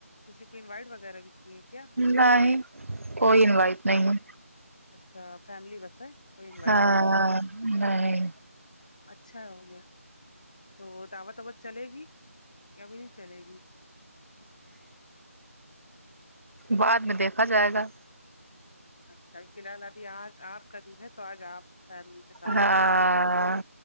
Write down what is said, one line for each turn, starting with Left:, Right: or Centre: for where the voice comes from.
Left: کسی کو انوائٹ وغیرہ بھی کیے کیا
Right: نہیں کوئی انوائٹ نہیں
Left: اچھا فیملی بس ہے کوئی انوائٹیڈ
Right: ہاں
Left: نہیں ہے
Right: نہیں
Left: اچھا ہو گیا تو وہ دعوت ووت چلے گی یا وہہی نہیں چلے گی
Right: بعد میں دیکھا جائے گا
Left: اچھا فی الحال ابھی آج آپ کا دن ہے تو آج آپ فیملی کے ساتھ
Right: ہاں
Left: جائیں گے